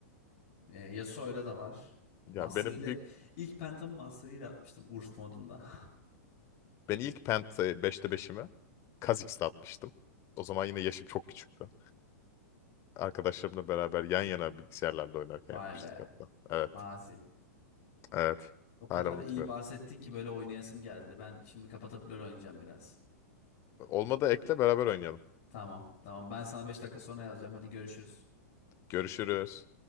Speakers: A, on the left; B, on the left.
A: Ee, Yasuo'yla da var.
B: Ya
A: Master
B: benim
A: ile
B: büyük
A: ilk pentamı Master ile atmıştım Urf modunda.
B: ben ilk penta beşte 5'imi Kha'Zix'te atmıştım. O zaman yine yaşım çok küçüktü. Arkadaşlarımla beraber yan yana bilgisayarlarda oynarken
A: <laughs> Vay
B: yapmıştık
A: be.
B: hatta. Evet.
A: Mazi.
B: Evet.
A: O kadar
B: Hala unutmuyorum.
A: iyi bahsettin ki böyle oynayasım geldi. Ben şimdi kapatıp LoL oynayacağım biraz.
B: Olmadı ekle beraber oynayalım.
A: Tamam, tamam. Ben sana 5 dakika sonra yazacağım. Hadi görüşürüz.
B: Görüşürüz.